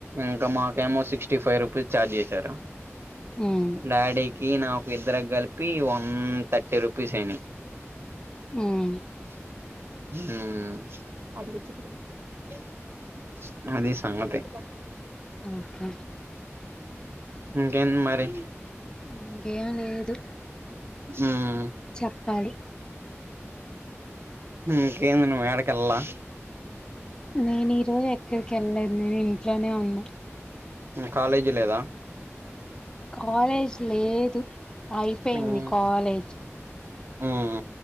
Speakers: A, on the right; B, on the left.
A: ఇంకా మాకేమో సిక్స్టీ ఫైవ్ రూపీస్ ఛార్జ్ చేశారు
B: హ్మ్
A: డాడీకి నాకు ఇద్దరకి కలిపి వన్ థర్టీ రూపీస్ అయినాయి.
B: హ్మ్
A: హ్మ్ అది సంగతి
B: ఓకే
A: ఇంకేం మరి
B: ఇంకేం లేదు
A: మ్మ్
B: చెప్పాలి
A: ఇంకేంది నువ్ యాడికెళ్ళలా
B: నేను ఈ రోజు ఎక్కడికి వెళ్లేదు నేను ఇంట్లోనే ఉన్నా
A: హు కాలేజీ లేదా
B: కాలేజ్ లేదు అయిపోయింది
A: మ్మ్
B: కాలేజ్
A: మ్మ్